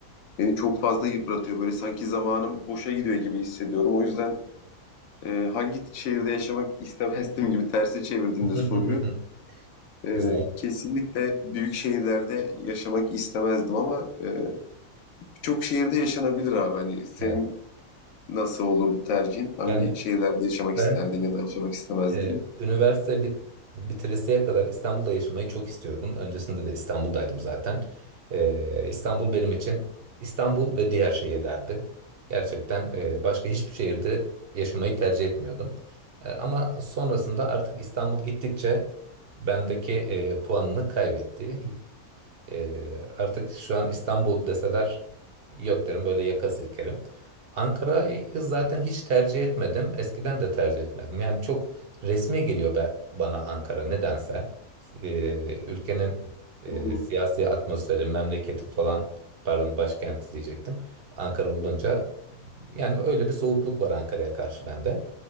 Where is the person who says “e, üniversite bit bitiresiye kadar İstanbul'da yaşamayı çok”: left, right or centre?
Right